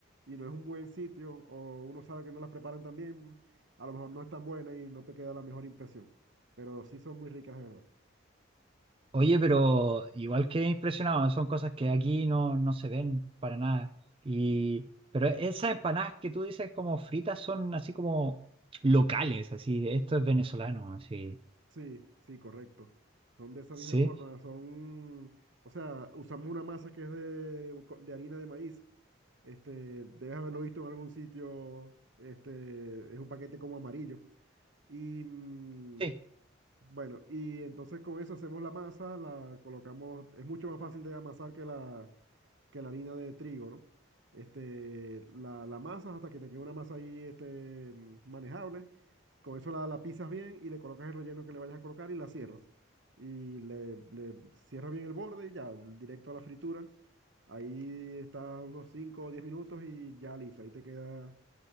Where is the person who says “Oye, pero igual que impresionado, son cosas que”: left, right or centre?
Right